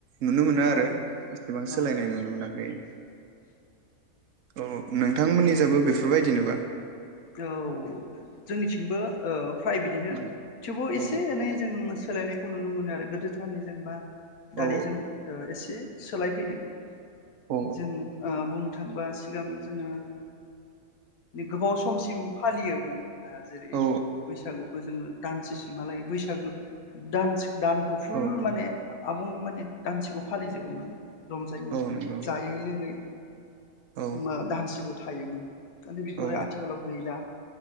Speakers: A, on the right; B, on the left.
A: नुनो मोनो
B: नंगौ
A: आरो इसेबां सोलायनाय
B: औ
A: नुनो मोनाखै। औ नों नोंथांमोननि जाबो बेफोरबायदिनोबा?
B: औ जोंनिथिंबो ओ फ्राय बिदिनो
A: औ
B: थेवबो एसे
A: औ
B: एनै जों सोलायनायखौ नुनो मोनो आरो गोदोथारनि जेनेबा दानि
A: औ
B: जों ओ एसे सोलायफैदों।
A: औ
B: जों बुं थाङोबा सिगां जोङो गोबाव सम समसिम फालियोमोन ओ जेरै
A: औ
B: बैसागुखौ जोङो दानसे सिमालाय बैसागो दनस दानखौ फुल
A: औ औ
B: माने आबुं माने दानसेखौ फालिजोबोमोन रंजायै
A: औ नंगौ
B: जायै लोङै
A: औ
B: मा धानसिग थायोमोन आरो बेफोरो
A: औ
B: आथिखालाव बिआ